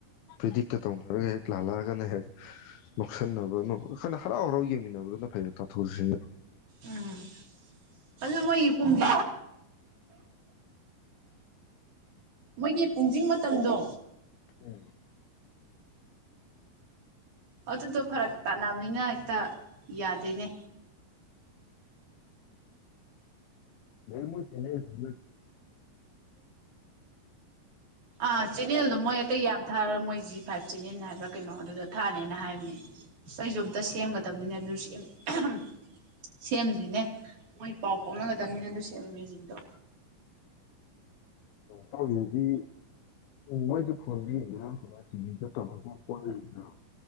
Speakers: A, on the left; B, on the right.
A: ꯄ꯭ꯔꯤꯗꯤꯛ ꯀꯥ ꯇꯧꯅꯔꯒ ꯂꯥꯜꯂꯛꯑꯒꯅ ꯍꯦꯛ ꯅꯣꯛꯁꯟꯅꯕꯅ ꯅꯣꯛ ꯈꯣꯏꯅ ꯍꯔꯥꯎ ꯍꯔꯥꯎ ꯌꯦꯡꯃꯤꯟꯅꯕꯗꯨꯅ ꯐꯩꯔ ꯇꯥꯊꯣꯛꯔꯤꯁꯤꯟ
B: ꯎꯝ ꯑꯗꯨ ꯃꯣꯏꯒꯤ ꯄꯨꯝꯗꯤ ꯃꯣꯏꯒꯤ ꯄꯨꯡꯁꯤꯡ ꯃꯇꯝꯗꯣ
A: ꯎꯝ
B: ꯑꯗꯨꯗꯣ ꯐꯔꯛ ꯇꯥꯅꯕꯅꯤꯅ ꯍꯦꯛꯇ ꯌꯥꯗꯦꯅꯦ
A: ꯃꯣꯏ ꯆꯦꯅꯦꯜ <unintelligible>
B: ꯑꯥ ꯆꯦꯅꯦꯜꯗꯣ ꯃꯣꯏ ꯑꯇꯩ ꯌꯥꯝ ꯊꯥꯔ ꯃꯣꯏ ꯖꯤ ꯐꯥꯏꯚ ꯆꯦꯅꯦꯜ ꯍꯥꯏꯕ꯭ꯔꯥ ꯀꯩꯅꯣ ꯑꯗꯨꯗ ꯊꯥꯅꯦꯅ ꯍꯥꯏꯕꯅꯦ ꯑꯩꯁꯨ ꯑꯝꯇ ꯁꯦꯝꯒꯗꯕꯅꯤꯅꯦ ꯑꯗꯨ <inaudible> ꯁꯦꯝꯗ꯭ꯔꯤꯅꯦ ꯃꯣꯏ ꯄꯥꯎ ꯄꯥꯎꯅꯒꯗꯝꯅꯤꯅ ꯑꯗꯨ ꯃꯖꯤꯛꯗꯣ
A: ꯇꯧꯔꯤꯗꯤ ꯎꯝ ꯃꯣꯏꯁꯨ ꯐꯣꯟ ꯂꯩꯔꯤꯗꯅ ꯊ ꯇꯤꯚꯤꯗ ꯇꯧꯔꯒ ꯄꯣ ꯂꯩꯗꯅ